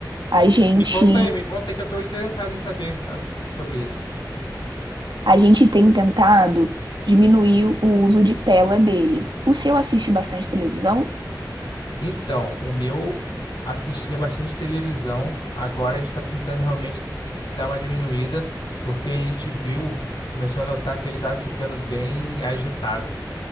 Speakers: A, on the right; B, on the left.
A: A gente
B: Me conta aí, me conta aí que eu tô interessado em saber ah, sobre isso.
A: a gente tem tentado diminuir o uso de tela dele. O seu assiste bastante televisão?
B: Então, o meu assistia bastante televisão. Agora a gente está tentando realmente dar uma diminuída, porque a gente viu, começou a notar que ele estava ficando bem agitado,